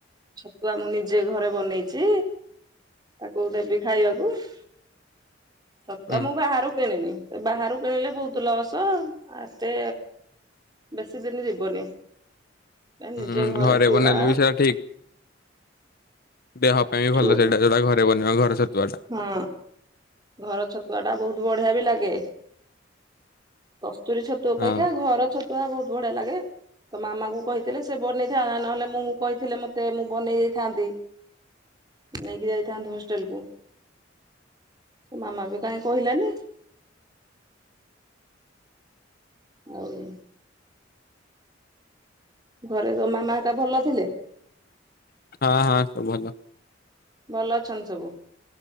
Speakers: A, on the right; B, on the left.
A: ଛତୁଆ ମୁଁ ନିଜେ ଘରେ ବନେଇଛି ତାକୁ ଦେବି ଖାଇବାକୁ। ଛତୁଆ
B: ହୁଁ
A: ମୁଁ ବାହାରୁ କିଣିନି ସେ ବାହାରୁ କିଣିଲେ ବହୁତ ଲସ୍- ଅ ଏତେ ବେଶୀ ଦିନ ଯିବନି। ନିଜେ
B: ହଁ ଘରେ
A: ଚୁଡା
B: ବନେଇଲେ ବି ସେୟଟା ଠିକ। ଦେହ ପାଇଁ ବି
A: ଚୁ
B: ଭଲ ସେଇଟା ଯୋଟା ଘରେ ବନେଇବା ଘର ଛତୁଆ ଟା।
A: ହଁ ଘର ଛତୁଆ ଟା ବହୁତ ବଢିଆ ବି ଲାଗେ। କସ୍ତୁରୀ ଛତୁ ଅପେକ୍ଷା
B: ହଁ
A: ଘର ଛତୁଆ ବହୁତ ବଢିଆ ଲାଗେ। ତ ମାମା କ କହିଥିଲେ ସେ ବନେଇଥାନ୍ ନହେଲେ ମୁଁ କହିଥିଲେ ମତେ ମୁଁ ବନେଇ ଦେଇଥାନ୍ତି। ନେଇକି ଯାଇଥାନ୍ତୁ ହଷ୍ଟେଲ କୁ। ମାମା ବି କାହିଁ କହିଲାନି। ହଉ। ଘରେ ତୋ ମାମା ହରି କା ଭଲ ଥିଲେ?
B: ହଁ ହଁ ସବୁ ଭଲ
A: ଭଲ ଅଛନ୍ତି ସବୁ।